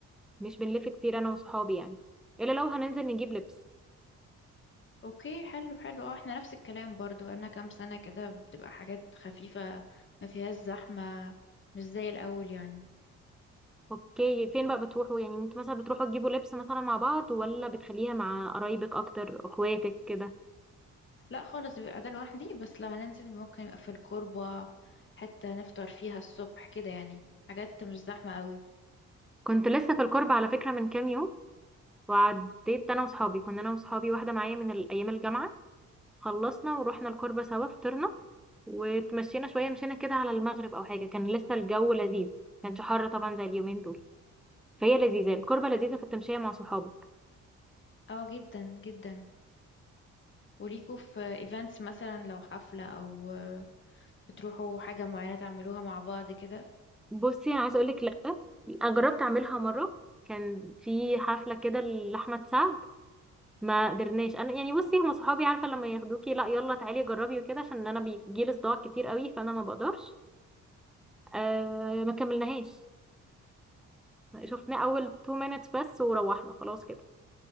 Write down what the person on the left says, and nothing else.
اوكي حلو حلو اه احنا نفس الكلام برضو انا كام سنة كده بتبقى حاجات خفيفة ما فيهاش زحمة مش زي الاول يعني
لا خالص بيبقى ده لوحدي بس لو هننزل ممكن يبقى في الكوربة حتى نفطر فيها الصبح كده يعني حاجات مش زحمة قوي
اه جدا جدا وليكوا في ايفنتس مثلا لو حفلة او بتروحوا حاجة معينة تعملوها مع بعض كده